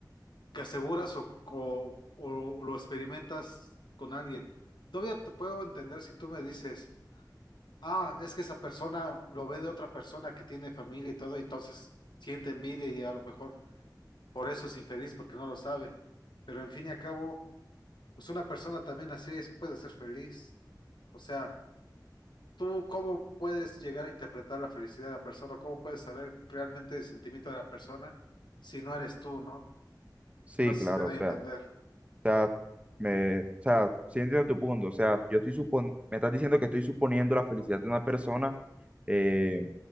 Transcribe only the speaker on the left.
que aseguras o, o o lo experimentas con alguien. Todavía te puedo entender si tú me dices. Ah, es que esa persona lo ve de otra persona que tiene familia y todo, y entonces siente envidia y a lo mejor por eso es infeliz porque no lo sabe. Pero en fin y a cabo, pues una persona también así es, puede ser feliz. O sea, ¿tú cómo puedes llegar a interpretar la felicidad de la persona? ¿Cómo puedes saber realmente el sentimiento de la persona si no eres tú, no?
No sé
si Sí, me doy
a claro.
entender.